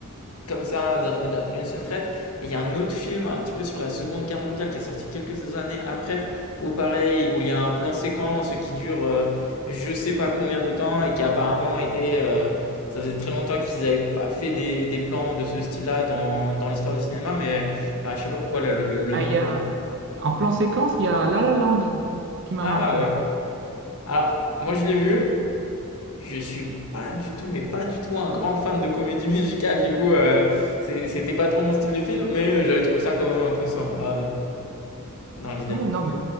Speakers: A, on the left (about 90°); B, on the right (about 55°).
A: comme ça d'une seule traite. Et il y a un autre film un petit peu sur la Seconde Guerre mondiale qui est sorti quelques années après, où pareil, où il y a un plan séquence qui dure euh, je sais pas combien de temps et qui a apparemment été... euh, ça faisait très longtemps qu'ils n'avaient pas fait des, des plans de ce style-là dans, dans l'histoire du cinéma, mais je je sais pas pourquoi le, le- le
B: Ah,
A: nom...
B: il
A: de-
B: y a... En plan séquence, il y a La La Land qui m'a
A: Ah
B: marqué.
A: ouais. Alors, moi je l'ai vu. Je suis pas du tout, mais pas du tout un grand fan de comédie musicale, du coup, euh, c'est- c'était pas trop mon style de film, mais euh, j'avais trouvé ça quand même un peu sympa euh, dans l'idée.
B: Ouais, non, mais